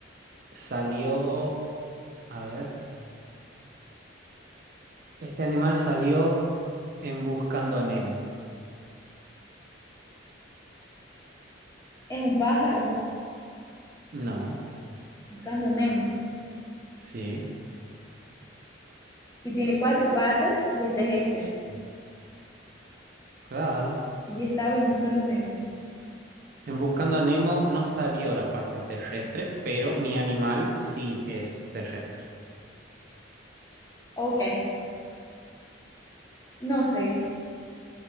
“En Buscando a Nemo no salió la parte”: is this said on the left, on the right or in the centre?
Right